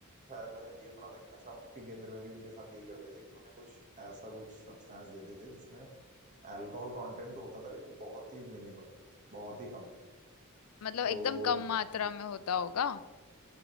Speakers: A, on the right; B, on the left.
A: शायद मैंने ये सुना था कि नशा मुक्ति केंद्र में भी उनके साथ यही करते थे कि उन्हें कुछ ऐसा कुछ सब्सटेंस देते थे जिसमें अल्कोहल कंटेंट तो होता था लेकिन बहुत ही मिनिमल बहुत ही कम
B: मतलब
A: तो
B: एकदम कम मात्रा
A: धी-
B: में होता होगा